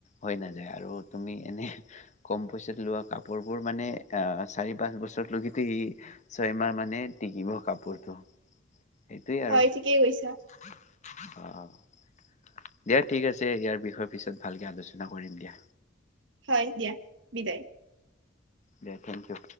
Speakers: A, on the left; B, on the right.
A: হৈ নাযায় আৰু তুমি এনে কম পইচাত লোৱা কাপোৰ বোৰ মানে, আহ চাৰি পাঁচ বছৰলৈ ই ছয়মাহ মানে টিকিব। কাপোৰটো, সেইটোৱেই
B: হয় ঠিকেই
A: আৰু
B: কৈছা
A: অ। দিয়া ঠিক আছে ইয়াৰ বিষয়ে পিছত ভালকে আলোচনা কৰিম দিয়া।
B: হয় দিয়া, বিদায়।
A: দিয়া, থেংক ইউ।